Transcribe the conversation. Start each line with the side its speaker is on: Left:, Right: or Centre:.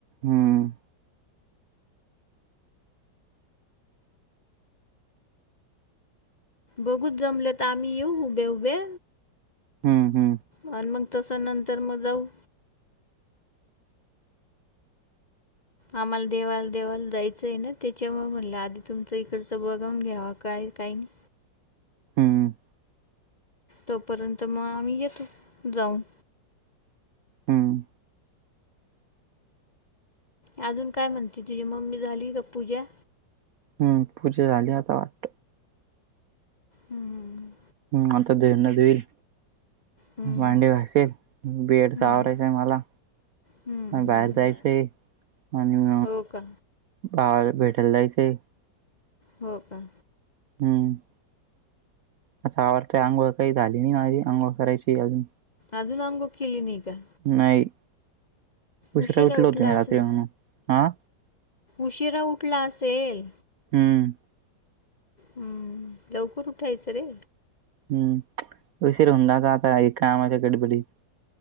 Right: हम.
Left: बघूच जमलेत आम्ही येऊ उभे उभे.
Right: हम्म हम्म
Left: आणि मग तसा नंतर मग जाऊ. आम्हाला देवाल देवाल जायचं आहे ना त्याच्यामु म्हणलं आधी तुमचं इकडचं बघून घ्यावा काय काही नाही.
Right: हम्म
Left: तोपर्यंत मग आम्ही येतो जाऊन.
Right: हम्म
Left: अजून काय म्हणते तुझी मम्मी झाली का पूजा.
Right: हम्म पूजा झाली आता वाट.
Left: हम हम.
Right: हम् आता ते देईल.
Left: हम्म
Right: भांडी घासेल बेड
Left: हम्म
Right: आवरायचं आहे मला.
Left: हम्म
Right: बाहेर
Left: हम्म
Right: जायच आणि.
Left: हो का
Right: बाळ भेटायला जायचं.
Left: हो का.
Right: हम. आ आवडता अंघोळ काही झाली नाही माझी अंघोळ करायची अजून.
Left: अज नंगो क्लीन का.
Right: नाही उशरा
Left: उशिरा
Right: उठलं
Left: उठला
Right: होत मी रात्री
Left: असेल
Right: म्हणून हा.
Left: उशिरा उठला असेल.
Right: हम.
Left: हम्म लवकर उठायचं रे.
Right: हम् सर ह का तर काम गडीबडी.